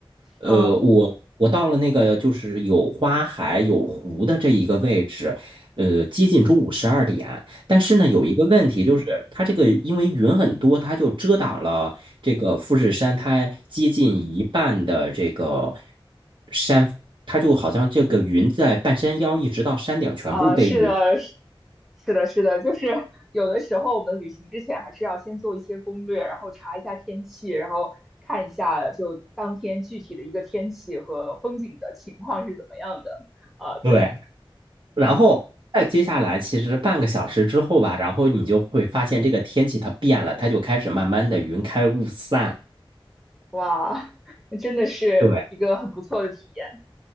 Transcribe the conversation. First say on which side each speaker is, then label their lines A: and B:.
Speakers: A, on the right; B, in the centre.
A: 呃，
B: 嗯
A: 我我到了那个就是有花海、有湖的这一个位置，呃，接近中午十二点。但是呢，有一个问题就是，
B: 嗯
A: 它这个因为云很多，它就遮挡了这个富士山，它接近一半的这个山，它就好像这个云在半山腰一直到山顶全部被云。
B: 啊，是的，是是的，是的，就是有的时候我们旅行之前还是要先做一些攻略，然后查一下天气，然后看一下就当天具体的一个天气和风景的情况是怎么样的啊，
A: 对，
B: 对，
A: 然后再接下来，
B: 嗯。
A: 其实半个小时之后吧，然后你就会发现这个天气它变了，它就开始慢慢的云开雾散。
B: 哇，<laughs> 真的是一个很不错的体验。
A: 对，